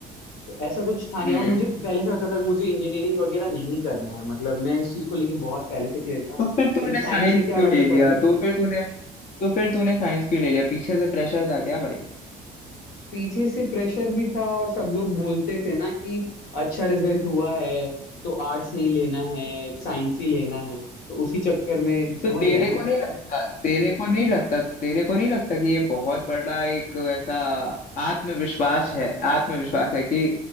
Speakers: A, on the left; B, on the left.
A: तो ऐसा कुछ था
B: हम्म
A: नहीं और मुझे पहले से पता था कि मुझे इंजीनियरिंग वगैरह नहीं करना है मतलब मैं इस चीज को लेके बहुत पहले से क्लियर था मतलब
B: तो फिर तूने
A: साइंस
B: साइंस
A: लेके और
B: क्यों
A: आगे
B: ले लिया
A: पढ़
B: तो फिर तूने तो फिर तूने साइंस क्यों ले लिया पीछे से प्रेशर था क्या भाई
A: पीछे से प्रेशर भी था और सब लोग बोलते थे ना कि अच्छा रिजल्ट हुआ है तो आर्ट्स नहीं लेना है साइंस ही लेना है तो उसी चक्कर में समझ
B: तो तेरे
A: रहा है ना
B: को
A: तू
B: नहीं लगता तेरे को नहीं लगता तेरे को नहीं लगता कि ये बहुत बड़ा एक ऐसा आत्मविश्वास है आत्मविश्वास है कि